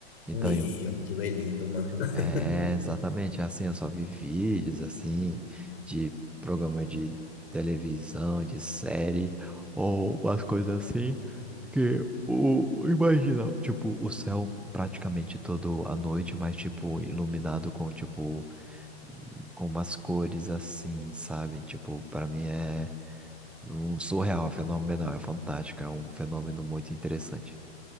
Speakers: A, in the centre; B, on the left.
A: Então,
B: Meu, aquilo é lindo, mano. <laughs>
A: é, exatamente, assim, eu só vi vídeos, assim, de programa de televisão, de série, ou umas coisas assim, que, o, imagina, tipo, o céu praticamente todo a noite, mas, tipo, iluminado com, tipo, com umas cores assim, sabe? Tipo, para mim é um surreal, é fenomenal, é fantástico, é um fenômeno muito interessante.